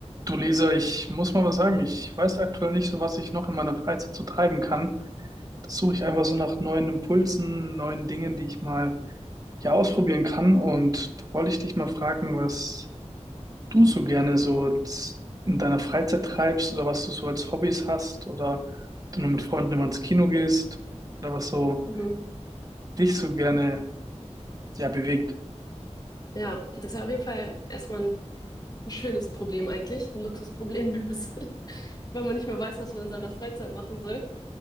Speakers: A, on the right (about 30°); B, on the left (about 35°).
A: Du Leser, ich muss mal was sagen. Ich weiß aktuell nicht so, was ich noch in meiner Freizeit so treiben kann. Das suche ich einfach so nach neuen Impulsen, neuen Dingen, die ich mal ja ausprobieren kann. Und da wollte ich dich mal fragen, was du so gerne so z- in deiner Freizeit treibst oder was du so als Hobbys hast oder ob du nur mit Freunden immer ins Kino gehst oder was so
B: Mhm.
A: dich so gerne ja bewegt.
B: Ja, das ist ja auf jeden Fall erstmal ein, ein schönes Problem eigentlich, ein Luxusproblem, wenn man es wenn man nicht mehr weiß, was man in seiner Freizeit machen soll.